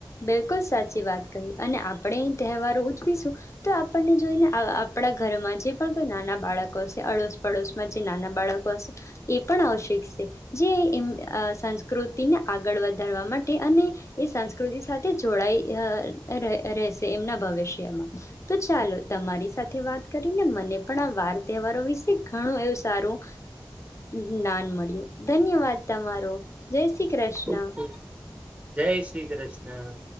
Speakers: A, on the left; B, on the right.
A: બિલકુલ સાચી વાત કહી અને આપણે એ તહેવારો ઉજવીશું તો આપણને જોઈને આ આપડા ઘરમાં જે પણ કોઈ નાના બાળકો અશે અડોશ પડોશમાં જે નાના બાળકો અશે એ પણ આવ શીખશે, જે એમ અ સંસ્કૃતિને આગળ વધારવા માટે અને એ સાં કૃતિ સાથે જોડાય અ ર રહેશે એમના ભવિષ્યમાં તો ચાલો તમારી સાથે વાત કરીને મને પણ આ વાર તહેવારો વિશે ઘણું એવું સારું જ્ઞાન મળ્યું. ધન્યવાદ તમારો જય શ્રી કૃષ્ણ.
B: ખુબ ખુબ જય શ્રી કૃષ્ણ.